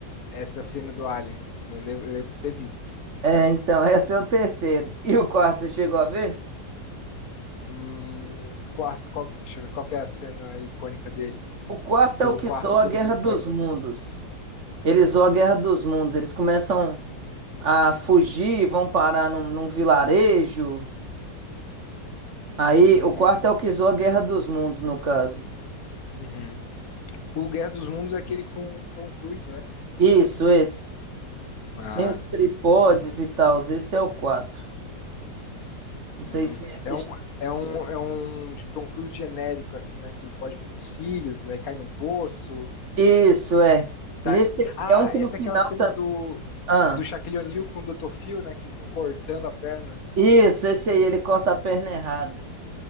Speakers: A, on the left; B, on the right.
A: Essa cena do Alien, eu lembro, eu lembro de ter visto.
B: É, então, esse é o terceiro. E o quarto, você chegou a ver?
A: Hum, quarto, qual, deixa eu ver, qual que é a cena icônica dele?
B: O quarto
A: Do
B: é o que
A: quarto
B: zoa
A: Todo
B: a Guerra
A: Mundo em
B: dos
A: Pânico.
B: Mundos. Eles zoam a Guerra dos Mundos. Eles começam a fugir, vão parar num, num vilarejo. Aí,
A: Hum,
B: o quarto é o que zoa a Guerra dos Mundos, no caso.
A: uhum. O Guerra dos Mundos é aquele com o Tom Cruise, né?
B: Isso, esse.
A: Ah.
B: Tem os tripodes e tal. Esse é o quatro. Não
A: Hum,
B: sei se é esse.
A: é um,
B: chegou-
A: é um, é um Tom Cruise genérico, assim, né? Que ele foge com os filhos, né? E Cai num poço.
B: Isso, é. Nesse
A: tá- Ah,
B: é um que
A: essa
B: no final
A: é aquela cena
B: também.
A: do,
B: Ah,
A: do Shaquille O'Neal com o Dr. Phil, né? Que estão cortando a perna.
B: isso, esse aí, ele corta a perna errada.